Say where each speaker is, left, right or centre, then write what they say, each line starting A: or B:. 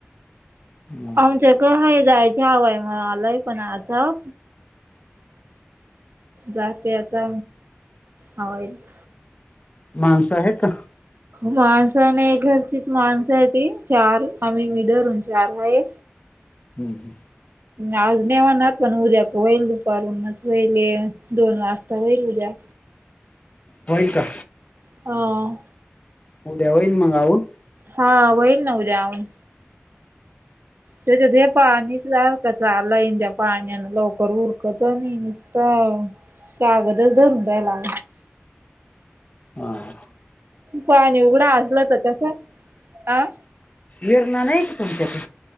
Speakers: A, on the left; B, on the right.
A: हम्म
B: आमच्या क हाय जायच हवाय मला आलाय पण आता. जाते आता हवा येते.
A: माणस आहेत का?
B: माणस नाय घरचीच माणस आहे ती चार आम्ही मी धरून चार आहे.
A: हम्म
B: आज नाय होणार पण उद्या क होईल दुपारूनच होईल एक दोन वाजता होईल उद्या.
A: होईल का?
B: हां
A: उद्या होईल मग आऊन.
B: हा होईल ना उद्या आवरून. ते <unintelligible> पाणीच लाव. कसा आलय त्या पाण्यान लवकर उरकत अ नाही निसत. कागदच धरून रहायला.
A: हां
B: पाणी उघड असल तर कस आ.
A: ईरना नाही का तुमच्या कड?